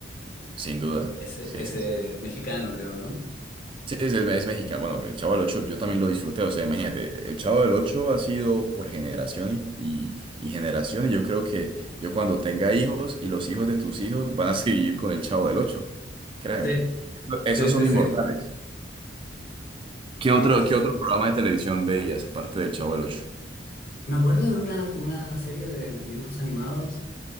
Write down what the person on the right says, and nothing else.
sin duda.
Sí,
sí, sí.
Sí, sí, es, es mexicano. Bueno, el Chavo del Ocho yo también lo disfruté. O sea, imagínate, el Chavo del Ocho ha sido por generación y, y, y generación. Y yo creo que yo cuando tenga hijos y los hijos de tus hijos van a <laughs> seguir con el Chavo del Ocho. Créeme.
Eso-
Esos
son
inmortales. ¿Qué
otro,
qué otro programa de televisión veías aparte del Chavo del Ocho?